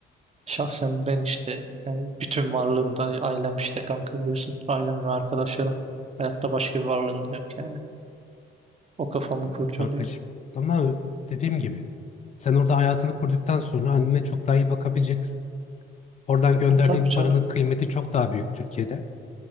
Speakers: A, on the right; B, on the left.
A: Şahsen ben işte yani bütün varlığımda ailem işte kanka biliyorsun. Ailem ve arkadaşlarım. Hayatta başka bir varlığım da yok yani. O kafamı
B: Öyle
A: kurcalıyor.
B: kankacığım. Ama dediğim gibi sen orada hayatını kurduktan sonra annene çok daha iyi bakabileceksin. Oradan gönderdiğin
A: E, Tabii canım.
B: paranın kıymeti çok daha büyük Türkiye'de.